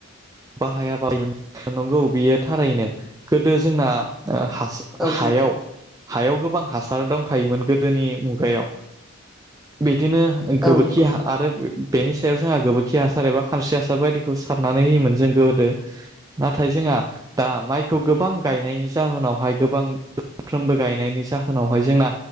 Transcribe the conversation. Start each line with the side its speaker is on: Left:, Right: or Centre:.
Right: बाहायाबामोन नंगौ बियो थारैनो गोदो जोंना ओ हासो
Centre: औ
Right: हायाव
Centre: नंगौ
Right: हायाव गोबां हासार दं। खायोमोन गोदोनि मुगायाव बि बिदिनो गोबोरखि
Centre: औ नंगौ
Right: आरो बेनि सायाव जोंहा गोबोरखि हासार एबा खानस्रि हासार बायदिखौ सारनानै होयोमोन। जों गोदो नाथाय जोंहा दा माइखौ गोबां गायनायनि जाहोनावहाय गोबांफ्रोमबो गायनायनि जाहोनावहाय जोंना